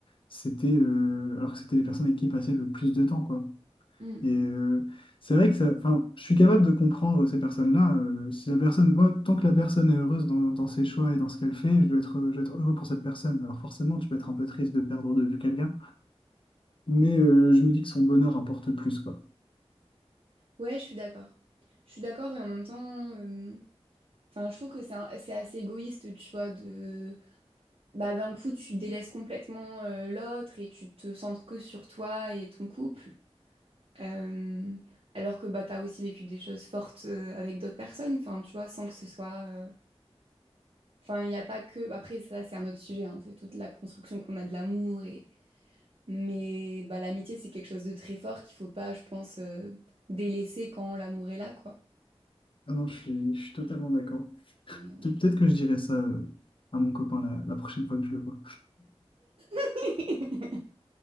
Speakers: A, on the left; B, on the right.
A: c'était euh, alors que c'était les personnes avec qui ils passaient le plus de temps, quoi.
B: euh,
A: Et euh, c'est vrai que ça, enfin, je suis capable de comprendre ces personnes-là. euh, si la personne, moi, tant que la personne est heureuse dans, dans ses choix et dans ce qu'elle fait, je dois être, je dois être heureux pour cette personne. Alors forcément, tu peux être un peu triste de perdre de vue quelqu'un, mais euh, je me dis que son bonheur importe plus, quoi.
B: Ouais, je suis d'accord. Je suis d'accord et en même temps, euh, enfin, je trouve que c'est un- c'est assez égoïste, tu vois, de bah d'un coup tu délaisses complètement euh, l'autre et tu te centres que sur toi et ton couple, Euh, alors que bah t'as aussi vécu des choses fortes euh, avec d'autres personnes, enfin, tu vois, sans que ce soit, euh, enfin, il n'y a pas que. Après, ça c'est un autre sujet, hein, c'est toute la construction qu'on a de l'amour et mais bah l'amitié c'est quelque chose de très fort qu'il faut pas, je pense, euh, délaisser quand l'amour est là, quoi.
A: Ah non, je suis, je suis totalement d'accord.
B: Mais, euh,
A: Pe- Peut-être que je dirai ça euh, à mon copain la, la prochaine fois que je le vois.
B: <laughs>